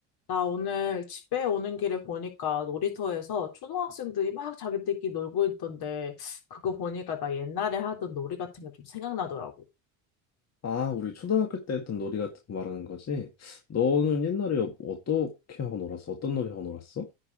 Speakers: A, on the left; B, on the left.
A: 나 오늘 집에 오는 길에 보니까 놀이터에서 초등학생들이 막 자기들끼리 놀고 있던데 그거 보니까 나 옛날에 하던 놀이 같은 게 좀 생각나더라고.
B: 아, 우리 초등학교 때 했던 놀이 같은 거 말하는 거지? 너는 옛날에 어- 어떻게 하고 놀았어? 어떤 놀이 하고 놀았어?